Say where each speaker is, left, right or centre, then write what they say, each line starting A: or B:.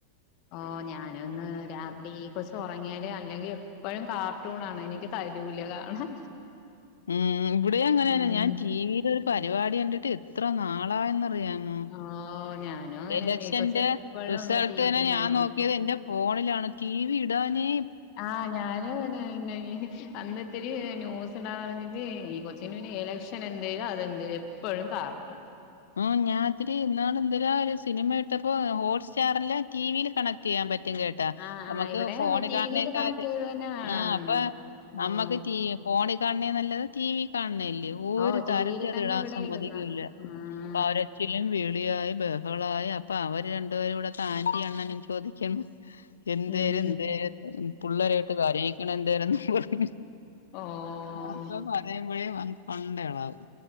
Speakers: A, on the left; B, on the left.
A: ഓഹ് ഞാനൊന്ന് രാത്രി ഈ കൊച്ച് ഉറങ്ങിയാല് അല്ലെങ്കി എപ്പൊഴും കാർട്ടൂൺ ആണ് എനിക്ക് തരൂല് കാണാൻ
B: ഉം ഇവിടെ അങ്ങനെന്ന
A: ഉം
B: ഞാൻ ടി വിൽ ഒരു പരിപാടി കണ്ടിട്ട് എത്ര നാളയെന്നറിയാ മോ
A: ഓ ഞാനും അങ്ങനെന്നെ
B: എലക്ഷന്റെ
A: ഈ കൊച്ച് എപ്പഴും
B: റിസൾട്ട്
A: ഇങ്ങനെ ടി
B: തന്നെ
A: വി
B: ഞാൻ
A: കണ്ടോണ്ടിരിക്കും
B: നോക്കിയത് എന്റെ ഫോണിലാണ് ടി വി ഇടാനെ
A: ആഹ് ഞാനു അങ്ങനെ തന്നെ ഈ അന്നിത്തിരി ന്യൂസ് ഇടാന്ന് പറഞ്ഞിട്ട് ഈ കൊച്ചിന് പിന്നെ ഇലക്ഷൻ എന്തേലും അതെന്തേലും എപ്പഴും കാർട്ടൂൺ
B: ഉം ഞാത്തിരി ഇന്നാള് എന്തല ഒരു സിനിമ എടുത്തപ്പോ ഹോട്ട് സ്റ്റാറല്ല ടിവിയിൽ കണക്ട് ചെയ്യാൻ പറ്റും കേട്ട് ട്ടാ
A: ആഹ്
B: നമ്മക്ക്
A: ആഹ് ഇവിടെ
B: ഫോൺ
A: ടി
B: കാൺനെക്കാ
A: വിയില് കണക്ട് ചെയ്ത് തന്നെ കാണുന്നത്
B: ആഹ് അപ്പൊ നമ്മക്ക്
A: ഓഹ്
B: ടി ഫോണി കാൺണേ നല്ലത് ടി വി കാൺനല്ലേ
A: ഓഹ്
B: രു
A: ടി
B: തരത്തി
A: വിയില്
B: അത്
A: തന്നെ
B: ഇടാ
A: ഇവിടെ
B: സമ്മതിക്കൂല
A: ഇടുന്ന ആഹ്
B: കരച്ചിലും വിളിയായി ബഹകളായി അപ്പൊ അവര് രണ്ടു പേരും ഇവിടെത്തെ ആന്റി അണ്ണനും ചോദിക്കുന്നു എന്തേലും
A: ഉം
B: എന്തേ പുള്ളരയിട്ട് കരയിക്കണ എന്തേര്ന്ന്‌ പറഞ്ഞ്
A: ഓഹ്
B: അവർക്ക് അത്‌ പറയുമ്പൊഴേ പങ് പണ്ട ഇളവും.